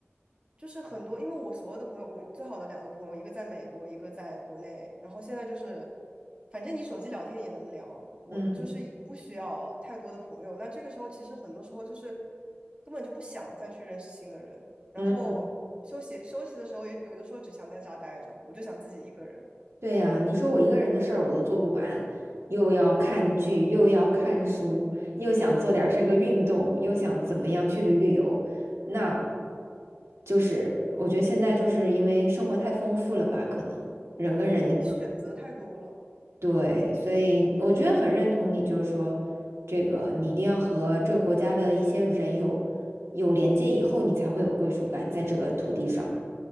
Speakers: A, on the right; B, on the right.
A: 就是很多，因为我所有的朋友，我最好的两个朋友，一个在美国，一个在国内。然后现在就是，反正你手机聊天也能聊，我就是也不需要太多的朋友。
B: 嗯
A: 那这个时候，其实很多时候就是根本就不想再去认识新的人。然后休息休息的时候也，
B: 嗯。
A: 有的时候只想在家待着，我就想自己一个人。
B: 对呀，你说我一个人的事儿我都做不完，又要看剧，又要看书，又想做点儿这个运动，又想怎么样去旅旅游，那就是我觉得现在就是因为生活太丰富了吧，可能人跟人的
A: 嗯，选择太多了。
B: 对，所以我觉得很认同你，就是说这个你一定要和这个国家的一些人有有连接以后，你才会有归属感在这个土地上。